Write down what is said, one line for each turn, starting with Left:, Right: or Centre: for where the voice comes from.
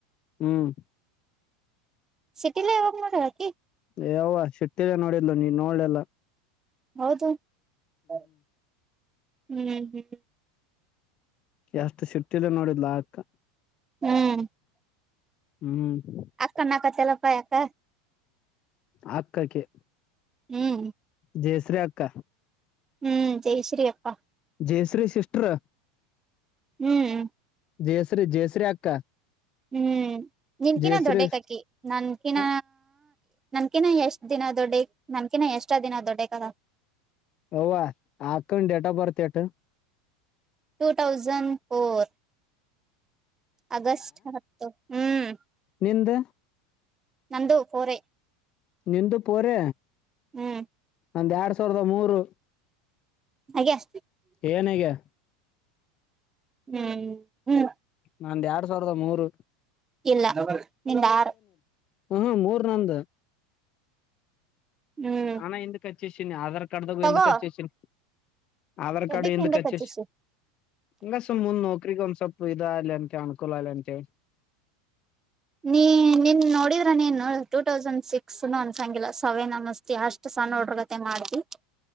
Left: ಹ್ಮ್
Right: ಸಿಟ್ಟಿಲ್ಲ ಈವಾಗ ನೋಡು ಆಕಿ
Left: ಹೇ ಯವ್ವ ಸಿಟ್ಟಿದೆ ನೋಡಿಲು ನೀವ ನೋಡ್ಲೆಲ್ಲ
Right: ಹೌದು ಹ್ಮ್ ಹ್ಮ್
Left: ಎಷ್ಟು ಸಿಟ್ಟಿಹಿಂದ ನೋಡಿದ್ಲಾ ಆ ಅಕ್ಕ
Right: ಹ್ಮ್
Left: ಹ್ಮ್
Right: ಅಕ್ಕ ಅಣ್ಣಾಕತೀಯಾಲಪ್ಪ ಯಾಕ
Left: ಆತಆಕ್ಕಿ
Right: ಹ್ಮ್
Left: ಜಯಸ್ರೀ ಅಕ್ಕ
Right: ಹ್ಮ್ ಜಯಶ್ರೀ ಅಕ್ಕ
Left: ಜಯಶ್ರೀ ಸಿಸಿಸ್ಟರ್
Right: ಹ್ಮ್
Left: ಜಯಶ್ರೀ ಜಯಶ್ರೀ ಅಕ್ಕ
Right: ಹ್ಮ್ ನಿನ್ಕಿನ
Left: ಜಯಶ್ರೀ
Right: ದೊಡ್ಡಕಕ್ಕಿ ನನ್ಕಿನ
Left: ಅ-
Right: ನನ್ಕಿನ ಎಷ್ಟ್ ದಿನ ದೊಡ್ಡ ನನ್ಕಿನ ಎಷ್ಟ ದಿನ ದೊಡ್ಡಕಳ
Left: ಅವ್ವ ಹಾ ಅಕ್ಕಂದು date of birth at
Right: two thousand four August ಹತ್ತು ಹ್ಮ್
Left: ನಿಂದ್
Right: ನಂದು ಫೋರ್
Left: ನಿಂದು ಫೋರ್
Right: ಹ್ಮ್
Left: ಒಂದ ಎರಡ್ ಸಾವಿರದ ಮೂರು
Right: ಹಾಗೆ ಅ
Left: ಏಏನಗೆ
Right: ಹ್ಮ್ ಹ್ಮ್
Left: ನಂದ ಎರಡ್ ಸಾವಿರದ ಮೂರು
Right: ಇಲ್ಲ ನಿಂಗ ಆರು
Left: ಹ ಮೂರ್ ನಂದ
Right: ಹ್ಮ್
Left: ನಾನ ಎಂದಕಚ್ಚಸನಿ ಆಧಾರ್ ಕಾರ್ಡ್ಗ
Right: ತಗೋ
Left: ಎಂದಕಚ್ಚಸನಿ ಆಧಾರ್ ಕಾರ್ಡ್
Right: ಎದಕ್
Left: ಎಿಂದ
Right: ಹಿಂದಕ್
Left: ಕಚ್ಚ
Right: ಹಚ್ಚಿಸಿ
Left: ಹಂಗ ಸ ಮುಂದ್ ನೋಕ್ರಿಗೆ ಒಂದ್ ಸ್ವಲ್ಪ ಸದಲ್ಲಂತ ಅನುಕೂಲ ಆಲ್ಲಂತೆ
Right: ನೀ ನೀನ್ ನೋಡಿದ ನೀನು ಟೂ ತೌಸಂಡ್ ಸಿಕ್ಸ್ ಅಂದಸಂಗಿಲ್ಲ ಸವೇ ನ ಮಸ್ತಿ ಅಷ್ಟ್ ಸ ನೋಡ್ರಗತೆ ಮಾಡ್ತಿ